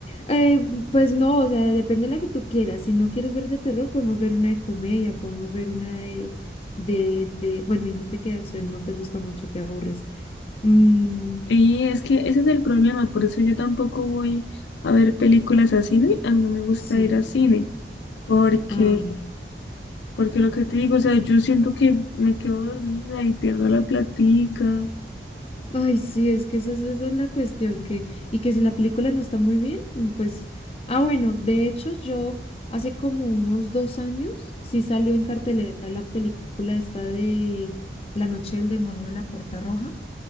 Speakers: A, on the left; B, on the left.
A: Eh, pues no, o sea, depende de la que tú quieras. Si no quieres ver de terror, podemos ver una de comedia, podemos ver una de, de, de... Bueno, me dijiste que de acción no te gusta mucho, te aburres. Mm,
B: Y es que ese es el problema, por eso yo tampoco voy a ver películas a cine, a mí no me gusta
A: sí.
B: ir a cine, porque,
A: Ah.
B: porque lo que te digo, o sea, yo siento que me quedo dormida y pierdo la platica.
A: Ay, sí, es que esa, es esa es la cuestión, que, y que si la película no está muy bien, mm, pues... Ah, bueno, de hecho yo hace como unos dos años sí salió en cartelera la película esta de La Noche del Demonio, La Puerta Roja.